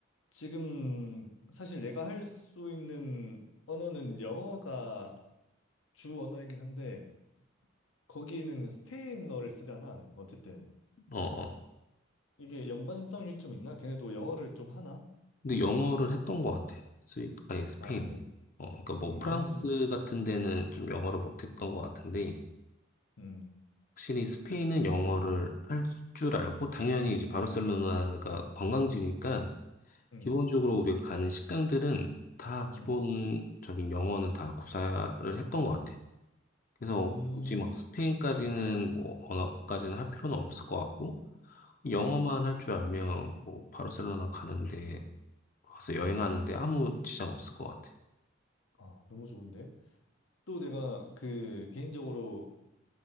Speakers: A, on the left (about 85°); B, on the left (about 45°).
A: 지금 사실 내가 할 수 있는 언어는 영어가 주 언어이긴 한데, 거기는 스페인어를 쓰잖아, 어쨌든.
B: 어, 어.
A: 이게 연관성이 좀 있나? 걔네도 영어를 좀 하나?
B: 근데 영어를 했던 것 같아. 스위, 아니, 스페인.
A: 아, 그래.
B: 어, 그러니까 뭐
A: 음,
B: 프랑스 같은 데는 좀 영어를 못했던
A: 음.
B: 것 같은데,
A: 음,
B: 확실히 스페인은 영어를 할 줄 알고, 당연히 이제 바르셀로나가 관광지니까,
A: 음,
B: 기본적으로 우리가 가는 식당들은 다 기본적인
A: 음.
B: 영어는 다 구사를 했던 것 같아. 그래서
A: 음,
B: 굳이 막 스페인까지는 뭐 언어까지는 할 필요는 없을 것 같고, 영어만
A: 음.
B: 할 줄 알면 뭐 바르셀로나 가는데, 가서 여행하는데 아무 지장 없을 것 같아.
A: 아, 너무 좋은데? 또 내가 그 개인적으로